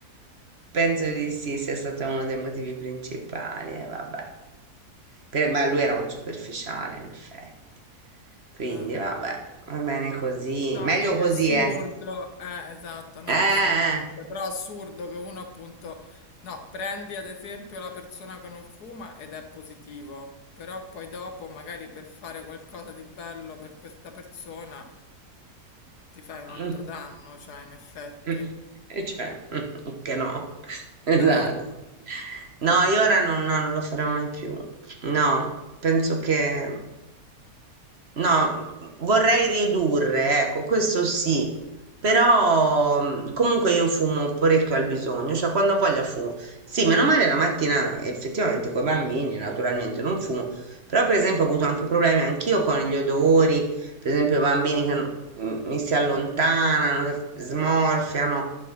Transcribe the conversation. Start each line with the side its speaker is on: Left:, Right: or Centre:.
Right: Penso di sì, sia stato uno dei motivi principali, eh, vabbè. Per- ma lui era un superficiale, in effetti. Quindi,
Left: Eh.
Right: vabbè, va bene così.
Left: No,
Right: Meglio
Left: vedi,
Right: così,
Left: assurdo,
Right: eh.
Left: eh, esatto, no,
Right: Eh.
Left: assolutamente,
Right: eh.
Left: però assurdo che uno appunto, no, prendi ad esempio la persona che non fuma ed è positivo, però poi dopo magari per fare qualcosa di bello per questa persona ti fai un
Right: Mm,
Left: altro danno, cioè in effetti.
Right: mm, E cioè, <laughs> che no, <laughs> esatto.
Left: Eh,
Right: No, io ora non, no, non lo farò mai più. No, penso che... No, vorrei ridurre, ecco, questo sì, però mh, comunque io fumo parecchio al bisogno, cioè quando voglio fumo. Sì, meno male la mattina effettivamente con i bambini, naturalmente non fumo, però per esempio ho avuto anche problemi anch'io con gli odori, per esempio i bambini che mm, mi si allontanano, che smorfiano,